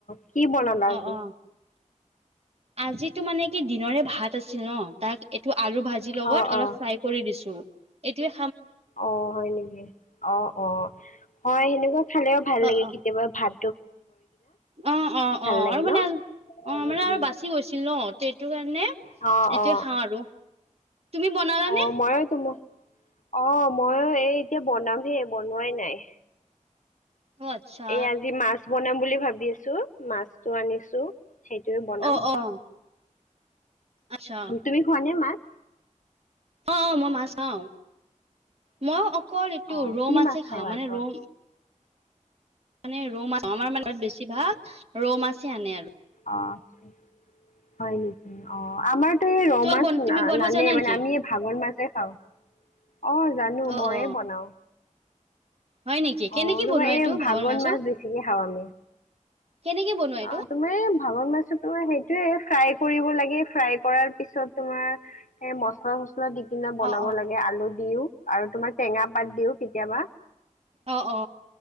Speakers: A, on the left; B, on the right.
A: কি বনালা
B: অ
A: আজি?
B: অ আজিতো মানে কি দিনৰে ভাত আছিল ন তাক এইটো আলু ভাজি লগত
A: অ
B: অলপ
A: অ
B: ফ্ৰাই কৰি দিছোঁ, এতিয়া
A: অ হয় নেকি? অ অ হয় সেনেকুৱা খালেও ভাল
B: অ
A: লাগে
B: অ
A: কেতিয়াবা ভাত।
B: অ অ অ
A: লাগে
B: আৰু মানে
A: ন
B: অ
A: উম
B: মানে আৰু
A: উম
B: বাচি গৈছিল ন। সেইটো কাৰণে
A: অ
B: এতিয়
A: অ
B: খাওঁ আৰু। তুমি বনালানে
A: অ মই তোমাৰ অ মইয়ো এই এতিয়া বনাম হে, বনোৱাই নাই।
B: অ আচ্ছা
A: এ আজি মাছ বনাম বুলি ভাবি আছো, মাছটো আনিছো সেইটোয়ে বনাম।
B: অ অ আচ্ছা
A: তুমি খোৱা নে মাছ,?
B: অ অ মই মাছ খাও, মই ক এইটো
A: অ
B: ৰৌ
A: কি
B: মাছে
A: মাছ খাই
B: খাওঁ
A: ভাল
B: মানে
A: পোৱা
B: ৰৌ মানে ৰৌ মাছ আমাৰ মানত বেছি ভাগ ৰৌ মাছেই আনে আৰু।
A: অহ হয় নেকি? অ আমাৰতো এই ৰৌ
B: তোমাক
A: মাছ
B: বন তুমি বনাব
A: নানে
B: জানা নেকি
A: মানে আমি ভাঙন মাছ খাওঁ, অ জানো
B: অ
A: মইয়ে
B: অ
A: বনাওঁ।
B: হয় নেকি কেনেকে
A: অ তাৰপৰা
B: বনোৱা
A: এই
B: এইটো
A: ভাগন
B: ভাৱৰ মাছটো
A: মাছ বেছিকে খাওঁ আমি।
B: কেনেকে বনোৱা এইটো
A: অ তুমি ভাঙন মাছ তো সেই এইে ফ্ৰাই কৰিব লাগে ফ্ৰাই কৰাৰ পিছত তোমাৰ এ মচলা চচলা দি কিনা বনাব
B: অ অ
A: লাগে আলু দিও, আৰু তোমাৰ টেঙা পাত দিও কেতিয়াবা
B: অ অ